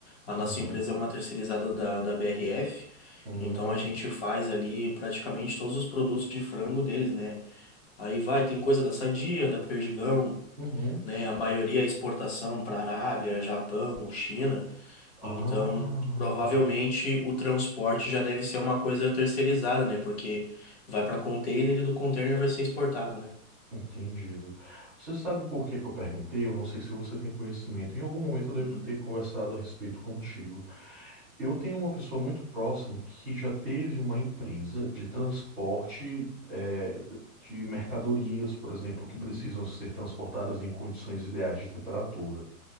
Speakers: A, on the left; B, in the centre.
A: A nossa
B: Uhum.
A: empresa é uma terceirizada da, da BRF,
B: Uhum.
A: então a gente faz ali praticamente todos os produtos de frango deles, né? Aí vai, tem coisa da Sadia, da Perdigão,
B: Uhum.
A: né? A maioria é exportação para Arábia, Japão, China.
B: Ah,
A: Então, provavelmente
B: legal.
A: o transporte já deve ser uma coisa terceirizada, né? Porque vai para container e do container vai ser exportado, né?
B: Entendido. Você sabe por que que eu perguntei? Eu não sei se você tem conhecimento. Em algum momento eu devo
A: Uhum,
B: ter conversado a respeito contigo. Eu tenho uma pessoa muito próxima que já teve uma empresa de transporte, eh, de mercadorias, por exemplo, que
A: uhum.
B: precisam ser transportadas em condições ideais de temperatura.